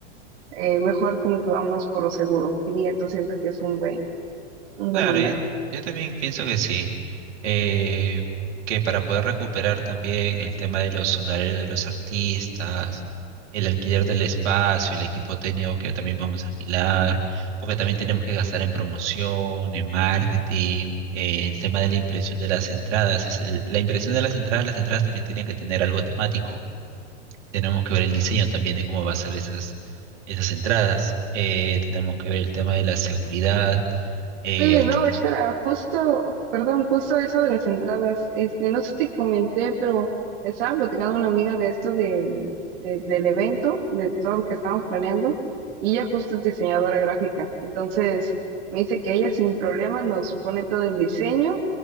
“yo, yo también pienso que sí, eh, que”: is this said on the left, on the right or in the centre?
Right